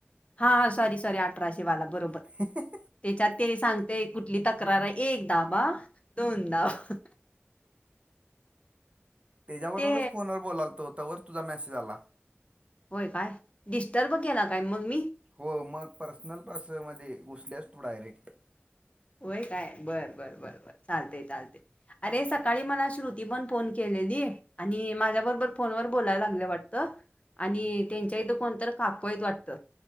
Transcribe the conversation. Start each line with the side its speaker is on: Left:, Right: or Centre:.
Left: हा हा सॉरी सॉरी अठराशे वाला बरो
Right: <unintelligible>
Left: त्याच्यात ते सांगते कुठली तक्रार ये एक दाबा दोन धाब
Right: त्याच्याबरोबरच
Left: ते
Right: फोनवर बोलालतो तवर तुझा मेसेज आला.
Left: होय काय डिस्टरर्ब केला काय मंग मी
Right: हो मग पर्सनल पर्ससमध्ये घुसल्यास तू डायरेक्ट
Left: होय काय बरं बर बर बर चालते चालते अरे सकाळी मला श्रुत ती पण फोन केलेली आणि माझ्याबरबर फोनवर बोलायला लागलंय वाटतं आणि त्यांच्या इथं कोणत काकू हायत वाटतं-